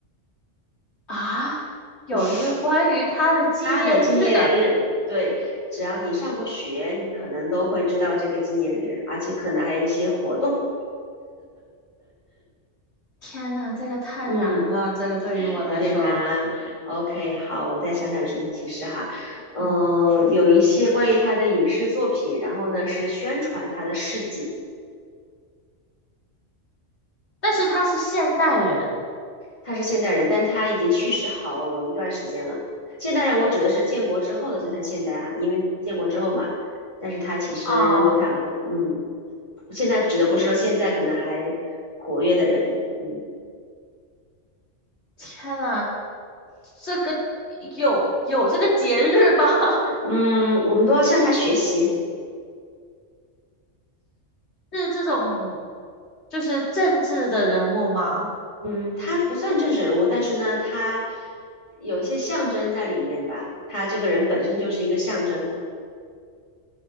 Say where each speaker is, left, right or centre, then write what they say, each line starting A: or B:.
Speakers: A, on the left; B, on the left.
A: 啊，有一个关于他的纪念日。
B: <laughs> 他的纪念日，对，只要你上过学，你可能都会知道这个纪念日，而且可能还有一些活动，
A: 天呐，这个太难了，
B: 嗯。
A: 这个对于我来说，
B: 有点难啊。OK，好，我再想想有什么提示哈。嗯，
A: 嗯，
B: 有一些关于他的影视作品，然后呢是宣传他的事迹。
A: 但是他是现代人
B: 他是现代人，但是他已经去世好一段时间了。现代人，我指的是建国之后的就算现代哈，因为建国之后嘛。但是他其实如果他嗯，
A: 哦，
B: 现在指的不是说现在可能还活跃的人，嗯
A: 天呐，这个有有这个节日吗？<laughs>
B: 嗯，我们都要向他学习。
A: 是这种就是政治的人物吗？
B: 嗯，他不算政治人物，但是呢，他有一些象征在里面吧。他这个人本身就是一个象征，